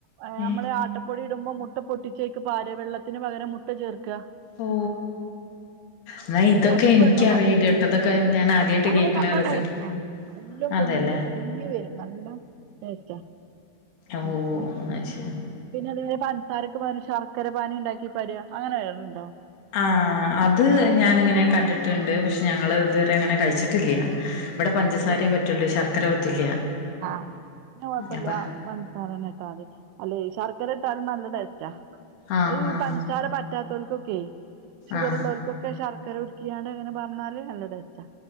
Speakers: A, on the right; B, on the left.
A: അഹ്
B: ഏ?
A: നമ്മള് ആട്ട പ്പൊടി ഇടുമ്പോ മുട്ട പൊട്ടിച്ചയ്ക്ക് പാരാ വെള്ളത്തിന് പകരം മുട്ട ചേർക്കാ
B: ഓ എന്നാ
A: അപ്പൊ
B: ഇതൊക്കെ
A: കൊറച്ച്
B: എനിക്കറിയില്ല
A: വെള്ളം മതി
B: കേട്ടോ ഇതൊക്കെ ഞാൻ ആദ്യമായിട്ട്
A: <unintelligible> നല്ല
B: കേൾക്കണ റെസിപ്പി
A: ടേസ്റ്റാ നല്ല പൊന്തി
B: അതെല്ലേ
A: പൊങ്ങി വരും നല്ല ടേസ്റ്റാ
B: ഓ
A: ഇം ആഹ്
B: അത് ശരി
A: ഉം പിന്നെ അതേ പൻസാരക്ക് പകരം ശർക്കരപ്പാനി ഇണ്ടാക്കി പകരുക അങ്ങനെ കേട്ടിട്ടുണ്ടോ
B: ആഹ് അത് ഞാനിങ്ങനെ കണ്ട്ട്ട്ണ്ട് പക്ഷെ ഞങ്ങള് ഇത് വരെ അങ്ങനെ കഴിച്ചിട്ടില്ല ഇബടെ പഞ്ചസാരെപറ്റുള്ളൂ
A: അത് രസാ
B: ശർക്കര പറ്റില്ല
A: ആഹ് പിന്നെ കൊഴപ്പില്ല
B: അപ്പ
A: പൻസാരന്നെ ഇട്ടാമതി അല്ല ഈ ശർക്കര ഇട്ടാലും നല്ല ടേസ്റ്റാ
B: ആഹ്
A: അത്ഈ
B: ആഹ്
A: പൻസാര പറ്റാതോൽക്കൊക്ക്യ ഷുഗർ
B: ആഹ്
A: ഉള്ളോൽക്കും ച്ച് ശർക്കര ഉര്കിക്കാണ്ട് ഇങ്ങനെ പാർന്നാല് നല്ല ടേസ്റ്റാ